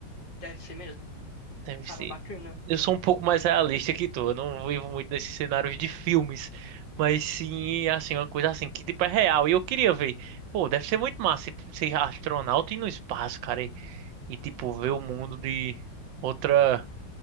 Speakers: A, on the left; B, on the right.
A: Deve ser mesmo.
B: Deve
A: Cara,
B: ser.
A: bacana.
B: Eu sou um pouco mais realista que tu. Eu não vivo muito nesses cenários de filmes. Mas sim, assim, uma coisa assim, que tipo é real. E eu queria ver. Pô, deve ser muito massa ser astronauta e ir no espaço, cara. E, e, tipo, ver o mundo de outra.